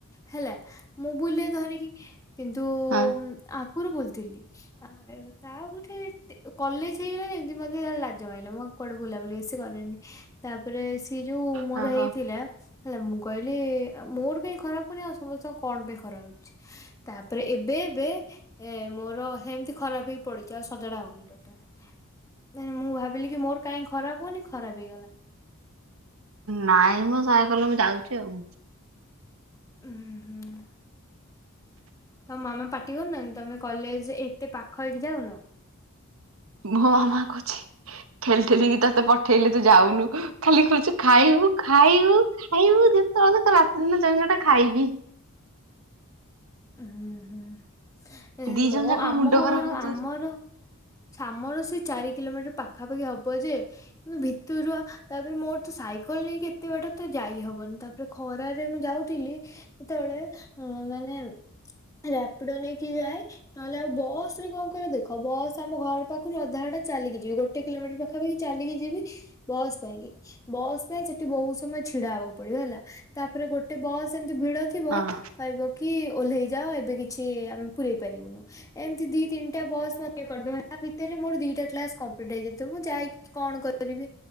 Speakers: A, on the left; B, on the right.
A: ହେଲା ମୁଁ ବୁଲିବା ଧରିକି। କିନ୍ତୁ
B: ହଁ
A: ଆଗରୁ ବଲଥିଲି। ଆ ତାଉ ଗୋଟେ କଲେଜ ହେଇଗଲା ଯେମିତି ମତେ ତା ଲାଜ ମ ହେଲା ମୋ କୁଆଡେ ବୁଲାବୁଲି ସେ କରେନି ତାପରେ ସ ଯୋଉ ମୋର
B: ହଁ
A: ହେଇଥିଲା।
B: ହଁ।
A: ହେଲା ମୁଁ କହିଲି ମୋର କାହିଁ ଖରାପ ହଉନି ଆଉ ସମସ୍ତଙ୍କ କଣ ପାଇଁ ଖରାପ ହଉଛି ତାପରେ ଏବେ ଏବେ ମୋର ସେମିତି ଖରାପ ହେଇ ପଡିଛି ଆଉ ସଜଡା ହଉନି ଟୋଟାଲ ମୁଁ ଭାବିଲି କି ମୋର କାହିଁ ଖରାପ ହଉନି ଖରାପ ହେଇଗଲା।
B: ନାଇଁ ମୁଁ ସାଇ କଲ ମୁ ଯାଉଛି ଆଉ।
A: ହୁଁ ହୁଁ। ତ ମାମା ପାଟିିବନ ନା ତମ କଲେଜ ଏତେ ପାଖ ହେଇକି ଯାଉନ।
B: ମୋ ମାମା କହୁଛି ଠେଲି ଠେଲିକି ତତେ ପଠେଇଲେ ତୁ ଯାଉନୁ ଖାଲି କରଛୁ ଖାଇବୁ ଖାଇବୁ ଖାଇବୁ ଯେତେବେଳେ ରାତିିନ ସେଟା ଖାଇବି।
A: ହୁଁ ହୁଁ
B: ଦି
A: ମୋ
B: ଜଣ ଯାକ
A: ଆମ
B: ମୁଣ୍ଡ
A: ଘର
B: ଖରାପ ହଉଥିବ
A: ଆମର ଶାମର ସେ ଚାରି କିଲୋମିଟର ପାଖାପାଖି ହବ ଯେ କିନ୍ତ ଭିତରୁଆ ତାପରେ ମୋର ତ ସାଇକେଲ ନେଇକି କେତେ ବାଟ ତ ଯାଇ ହବନି ତାପରେ ଖର ାରେ ମୁଁ ଯାଉଥିଲି ସେତେବେଳେ ଉ ମାନେ ରାପିଡ ନେଇକି ଯାଏ ନହେଲେ ଆଉ ବସ ରେ କଣ କହିବ ଦେଖ ବସ୍ ଆମ ଘର ପାଖରୁ ଅଧା ଅଟା ଚାଲିକି ଯିବି ଗୋଟେ କିଲୋମିଟର ପାଖାପାଖି ଚାଲିକି ଯିବି ବସ୍ ପାଇଁକି ବସ୍ ପାଇଁ ସେଠି ବହୁତ ସମୟ ଛିଡା ହବାକୁ ପଡିବ ହେଲା ତାପରେ ଗୋଟେ ବସ୍ ଭିଡ ଥିବ
B: ହଁ
A: କହିବ କି କି। ଓହ୍ଲେଇ ଯାଅ ଏବେ କିଛି ଆମେ ପୁରଇ ପାରିବୁନୁ ଏମିତି ଦି ତିନିଟା ବସ୍ ମ କରିଦ ତା ଭିତରେ ମୋର ଦିଟା କ୍ଲାସ୍ କମ ଟାଇଥିବ ମୁଁ ଯାଇକି କଣ କରିବି